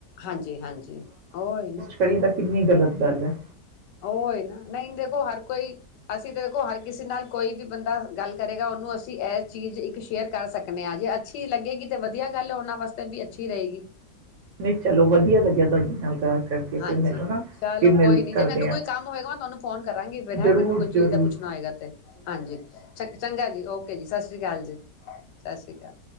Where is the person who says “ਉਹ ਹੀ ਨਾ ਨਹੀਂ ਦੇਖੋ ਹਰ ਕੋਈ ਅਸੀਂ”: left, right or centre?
Left